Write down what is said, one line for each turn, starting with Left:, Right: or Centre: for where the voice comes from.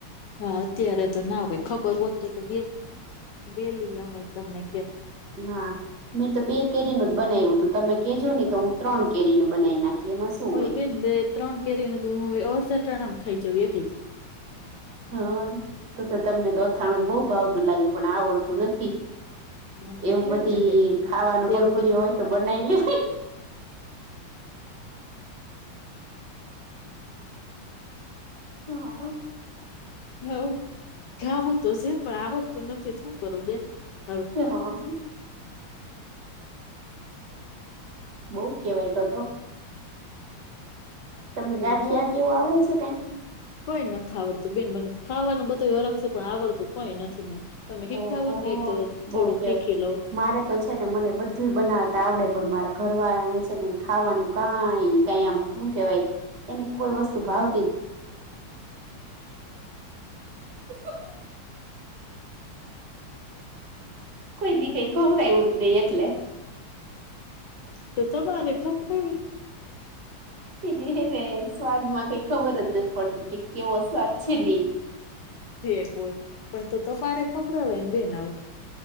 Left: હા અત્યારે તો ના હોય. ખબર હોતું તો ગે વેલી અમે તમને કેત.
Right: હા મેં તો બે કેરીનું જ બનાવ્યું હતું તમે કેજો નહી તો હું ત્રણ કેરી નું બનાવી નાખી. એમાં શું હોય
Left: હો બેન બે ત્રણ કેરીને તો હું અડધા ટાણામા ખાઈ જઉ એકલી.
Right: હા, તો તો તમને તો અથાણું બહુ ભાવતું લાગે પણ આવડતું નથી.
Left: એકલી
Right: એવું
Left: એટલે
Right: બધી
Left: જ ને બે
Right: ખાવાનો ભળભળયો
Left: એવું
Right: હોય તો બનાવી લેવા. હા હા.
Left: ખ ખાવું તો છે પણ આવડતું નથી શું કરું બેન હવે
Right: હા બઉ કેવાય તો તો તમને
Left: હવે
Right: ગાંઠિયા
Left: ન
Right: કેવું આવડે છે કંઈક
Left: કોઈ નથી આવડતું બેન મને ખાવાનું બધો હરખ છે પણ આવડતું કોઈ નથી મને તમે
Right: ઓહો
Left: હિખડવોને કઈ
Right: બઉ
Left: થોડુંક
Right: કેવાય
Left: હીખી લઉ
Right: મારે તો છે ને મને બધું બનાવતા આવડે પણ મારા ઘરવાળા ને છેને ખાવાનું કાઈ કાઈ આમ શું કેવાય એને કોઈ વસ્તુ ભાવ <unintelligible> કોઈ દી કઈ ખવરાયું જ નહી એટલે
Left: તો તમારે ખબરાવી
Right: <unintelligible> એને સ્વાદમાં કઈ ખબર જ નથી પડતી કે કેવો સ્વાદ છે ને ઈ
Left: થી એક હોય પણ તો તમારે ખવરાવાયને બેન હવે